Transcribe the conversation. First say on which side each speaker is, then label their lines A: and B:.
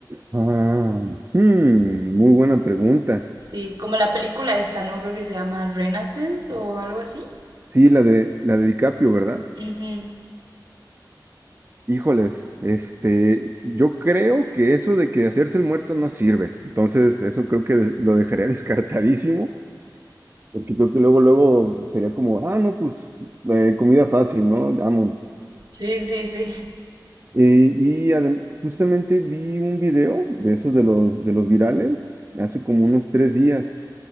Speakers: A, on the right; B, on the right.
A: Ah, hmm, muy buena pregunta.
B: Sí, como la película esta, ¿no? Creo que se llama Renaissance o algo así.
A: Sí, la de la de DiCaprio, ¿verdad?
B: Ujú.
A: Híjoles, este, yo creo que eso de que hacerse el muerto no sirve. Entonces, eso creo que lo dejaría <laughs> descartadísimo. Porque creo que luego, luego sería como, ah, no, pues eh, comida fácil, ¿no? Amo.
B: Sí, sí, sí.
A: Eh, y adem- justamente vi un video de esos de los, de los virales hace como unos tres días